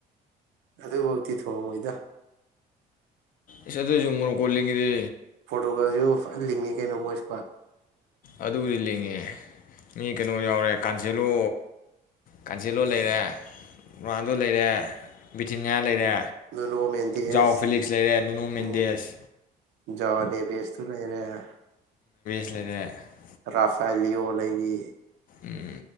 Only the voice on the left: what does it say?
ꯏꯁ ꯑꯗꯨꯁꯨ <inaudible> <inaudible> ꯗꯤ
ꯑꯗꯨꯕꯨꯗꯤ ꯂꯤꯡꯉꯦ ꯃꯤ ꯀꯩꯅꯣ ꯌꯥꯎꯔꯦ ꯀꯥꯟꯖꯦꯜꯂꯣ ꯀꯥꯟꯖꯦꯜꯂꯣ ꯂꯩꯔꯦ ꯔꯣꯅꯥꯜꯗꯣ ꯂꯩꯔꯦ ꯕꯤꯇꯤꯅꯤꯌꯥ ꯂꯩꯔꯦ
ꯖꯥꯎ ꯐꯤꯂꯤꯛꯁ ꯂꯩꯔꯦ ꯅꯨꯨꯅꯨ ꯃꯦꯟꯗꯦꯁ
<unintelligible>
ꯎꯝ